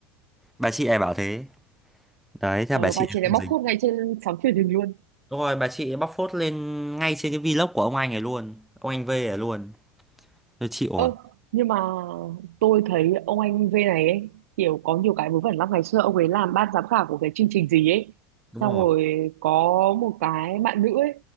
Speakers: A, in the centre; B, on the right.
A: bà chị ấy bảo thế đấy theo
B: ờ,
A: bà chị
B: bà
A: ấy
B: chị này
A: không
B: bóc
A: dính
B: phốt ngay trên sóng truyền hình luôn
A: đúng rồi bà chị ấy bóc phốt lên ngay trên cái vlog của ông anh ấy luôn ông anh V ấy luôn tôi chịu rồi
B: Ơ, nhưng mà tôi thấy ông anh V này ấy, kiểu có nhiều cái vớ vẩn lắm ngày xưa ông ấy làm ban giám khảo của cái chương trình gì ấy
A: đúng
B: xong
A: rồi
B: rồi có một cái bạn nữ ấy